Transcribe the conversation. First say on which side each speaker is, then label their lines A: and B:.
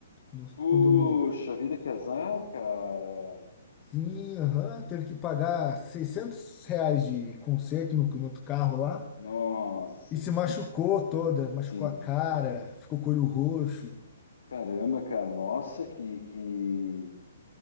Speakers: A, on the left; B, on the left.
A: no, no
B: Puxa
A: condomínio.
B: vida, que azar, cara.
A: Sim, aham, teve que pagar 600 reais de conserto no, no outro carro lá
B: Nossa,
A: e se machucou
B: que.
A: toda, machucou
B: Sim.
A: a cara, ficou com o olho roxo.
B: Caramba, cara. Nossa, que. que,